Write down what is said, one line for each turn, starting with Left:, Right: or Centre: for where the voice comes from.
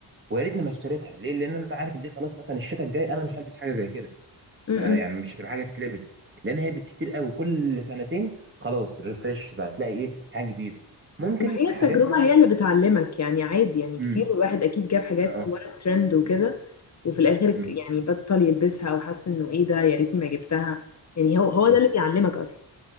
Right: ويا ريتني ما اشتريتها ليه لان انا عارف ان دي خلاص مثلا الشتاء الجاي انا مش هلبس حاجه زي كده
Left: مم.
Right: آه، يعني مش هتبقى حاجه تتلبس لان هي بالكتير قوي كل سنتين خلاص ريفرش بقى تلاقي ايه حاجه جديده ممكن
Left: ما هي التجربة
Right: حاجات مثلا
Left: هي
Right: في
Left: اللي بتعلمك يعني عادي يعني كتير
Right: امم
Left: الواحد
Right: امم
Left: أكيد جاب حاجات
Right: اه
Left: ورا الترند وكده
Right: امم
Left: وفي الآخر ك-
Right: امم
Left: يعني بطل يلبسها أو حس إنه إيه ده يا ريتني ما جبتها يعني هو هو
Right: بالظبط
Left: ده اللي بيعلمك أصلا